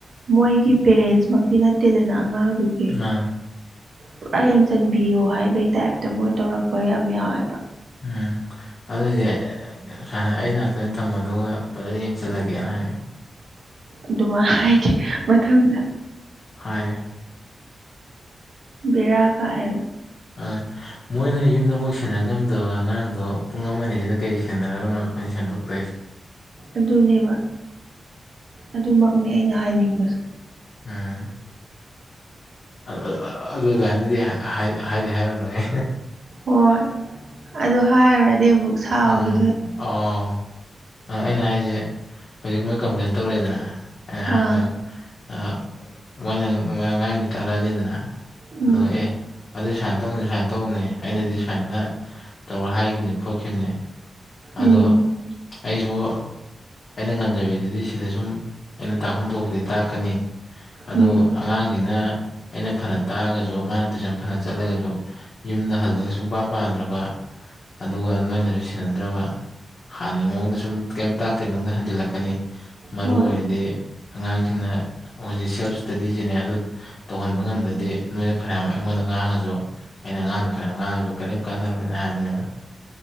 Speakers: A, on the right; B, on the left.
A: ꯃꯣꯏꯒꯤ ꯄꯦꯔꯦꯟꯁꯃꯛꯇꯤ ꯅꯠꯇꯦꯗꯅ ꯑꯉꯥꯡꯗꯨꯒꯤ
B: ꯃꯥꯅꯤ
A: ꯄꯨꯔꯥ ꯌꯦꯡꯖꯟꯕꯤꯌꯣ ꯍꯥꯏꯕꯩ ꯇꯥꯏꯌꯦꯞꯇ ꯃꯣꯏ ꯇꯧꯔꯛꯄ ꯌꯥꯝ ꯌꯥꯎꯋꯦꯕ
B: ꯎꯝ ꯑꯗꯨꯏꯗꯤ ꯁꯨꯃꯥꯏꯅ ꯑꯩ ꯅꯥꯛꯇ ꯑꯣꯏꯅ ꯊꯝꯃꫭ ꯑꯗꯨꯒ ꯐꯖꯅ ꯌꯦꯡꯁꯤꯜꯂꯒꯦꯅ ꯍꯥꯏꯌꯦ
A: ꯑꯗꯨꯃꯥꯏ ꯍꯥꯏꯒꯦ ꯃꯊꯪꯗ
B: ꯍꯥꯏꯌꯦ
A: ꯕꯦꯔꯥ ꯀꯥꯏꯌꯦꯕ
B: ꯑꯥ ꯃꯣꯏꯅ ꯌꯨꯝꯗꯐꯥꯎ ꯁꯦꯟꯅ ꯉꯝꯗꯕ ꯑꯉꯥꯡꯗꯣ ꯄꯨꯡ ꯑꯃ ꯑꯅꯤꯁꯤꯗ ꯀꯩ ꯁꯦꯟꯅꯔꯒꯅꯣ ꯑꯩꯈꯣꯏꯅ ꯁꯦꯝꯗꯣꯛꯇꯣꯏꯁꯦ
A: ꯑꯗꯨꯅꯦꯕ ꯑꯗꯨꯃꯛꯅꯤ ꯑꯩꯅ ꯍꯥꯏꯅꯤꯡꯕꯁꯨ
B: ꯑꯥ ꯑꯥ ꯑꯥ ꯑꯥ ꯑꯗꯨ ꯑꯗꯨꯋꯥꯏꯅꯗꯤ ꯍꯥꯏꯗꯤ ꯍꯥꯏꯔꯨꯅꯨꯍꯦ
A: ꯍꯣꯏ ꯑꯗꯨ ꯍꯥꯏꯔꯨꯔꯗꯤ ꯑꯃꯨꯛ ꯁꯥꯎꯈꯤꯗꯨꯏ
B: ꯎꯝ ꯑꯥꯎ ꯑꯩꯅ ꯍꯥꯏꯁꯦ ꯍꯧꯖꯤꯛ ꯃꯣꯏ ꯀꯝꯄ꯭ꯂꯦꯟ ꯇꯧꯔꯛꯑꯦꯗꯅ ꯑꯩ ꯑꯍꯥꯟꯕꯩꯗꫭ
A: ꯑꯥ
B: ꯑꯥ ꯃꯣꯏꯅ ꯉꯥꯡꯏꯗꯨ ꯇꯥꯔꯛꯑꯅꯤꯗꯅ
A: ꯎꯝ
B: ꯑꯗꯣ ꯑꯦ ꯑꯗꯨ ꯁꯨꯃꯥꯏꯅ ꯇꯧꯅꯤ ꯁꯨꯃꯥꯏꯅ ꯇꯧꯅꯤ ꯑꯩꯅꯗꯤ ꯁꯨꯃꯥꯏꯅ ꯇꯧꯔꯥ ꯍꯥꯏꯈꯤꯕꯅꯦ ꯈꯣꯠꯈꯤꯕꯅꯦ ꯑꯗꯣ
A: ꯎꯝ
B: ꯑꯩꯁꯨ ꯑꯩꯅ ꯉꯝꯖꯕꯤꯗꯗꯤ ꯁꯤꯗ ꯁꯨꯝ ꯑꯩꯅ ꯇꯥꯛꯐꯝ ꯊꯣꯛꯄꯗꯤ ꯇꯥꯛꯀꯅꯤ ꯑꯗꯨ
A: ꯎꯝ
B: ꯑꯉꯥꯡꯁꯤꯅ ꯑꯩꯅ ꯐꯅ ꯇꯥꯛꯑꯒꯁꯨ ꯃꯥꯅ ꯇꯨꯏꯁꯟ ꯐꯅ ꯆꯠꯂꯒꯁꯨ ꯌꯨꯝꯗ ꯍꯜꯂꯒ ꯁꯨꯡꯄꯥ ꯄꯥꯗ꯭ꯔꯕ ꯑꯗꯨꯒ ꯅꯣꯏꯅꯁꯨ ꯁꯦꯟ ꯗꯔ꯭ꯕ ꯍꯥꯟꯅꯩ ꯃꯑꯣꯡꯗ ꯁꯨꯝ ꯀꯩꯝꯇꯥ ꯀꯩꯅꯣꯅ ꯍꯟꯖꯤꯜꯂꯛꯀꯅꯤ ꯃꯔꯨ
A: ꯍꯣꯏ
B: ꯑꯣꯏꯔꯤꯗꯤ ꯑꯉꯥꯡꯁꯤꯡꯅ ꯍꯧꯖꯤꯛ ꯁꯦꯜꯞ ꯏꯁꯇꯗꯤꯁꯤꯅꯦ ꯑꯗꯨ ꯇꯧꯍꯟꯕ ꯉꯝꯗ꯭ꯔꯗꯤ ꯅꯣꯏꯅ ꯐꯩꯅꯥꯝ ꯑꯩꯉꯣꯟꯗ ꯉꯥꯡꯉꯁꯨ ꯑꯩꯅ ꯑꯉꯥꯡꯗ ꯐꯩꯅꯥꯝ ꯑꯉꯥꯡꯉꯥꯁꯨ ꯀꯔꯤꯝ ꯀꯥꯟꯅꯔꯣꯏꯅ ꯍꯥꯏꯕꯅꯦꯕ